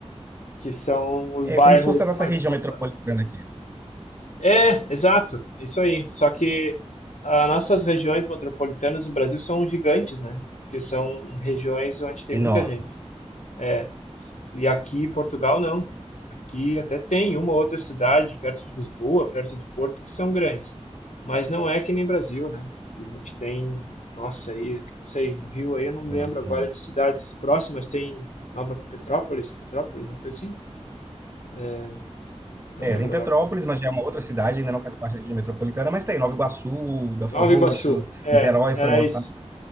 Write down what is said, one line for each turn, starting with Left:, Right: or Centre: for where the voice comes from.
Left: que são os bairros
Right: É como se fosse a nossa
Left: mais
Right: região
Left: afastados.
Right: metropolitana aqui.
Left: É, exato, é isso aí. Só que as nossas regiões metropolitanas no Brasil são gigantes, né? Porque são regiões onde tem
Right: Enorme.
Left: muita gente. É, E aqui em Portugal, não. Aqui até tem uma outra cidade perto de Lisboa, perto do Porto, que são grandes. Mas não é que nem Brasil, né? A gente tem, nossa, aí, não sei, no Rio aí eu não me
Right: Imagina.
Left: lembro agora de cidades próximas, tem Nova Petrópolis, Petrópolis, uma coisa assim? É, não
Right: É,
Left: lembro
Right: tem Petrópolis,
Left: agora.
Right: mas já é uma outra cidade, ainda não faz parte da região metropolitana, mas tem Nova Iguaçu, Belfort
Left: Nova
Right: Roxo,
Left: Iguaçu. É,
Right: Niterói,
Left: era
Right: São Gonçalo.
Left: isso.